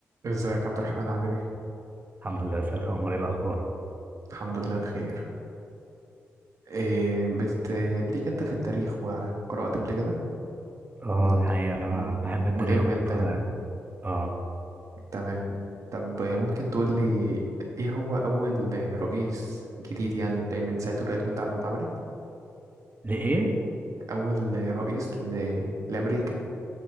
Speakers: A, on the right; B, on the right.
A: ازيك عبد الرحمن عامل ايه؟
B: الحمد لله ازيك يا عمر ايه الاخبار
A: الحمد لله بخير إيه بت... ليك انت في التاريخ وقرأت قبل كده؟
B: اه
A: مت...
B: الحقيقه انا
A: م-
B: ما بحب التاريخ
A: ملم
B: ومضطر
A: انت يعني
B: يعني اه
A: تمام طب ممكن تقول لي ايه هو أول رئيس جديد يعني ده من ساعة الولايات المتحدة ما اتعملت
B: لايه
A: أول رئيس ل... لأمريكا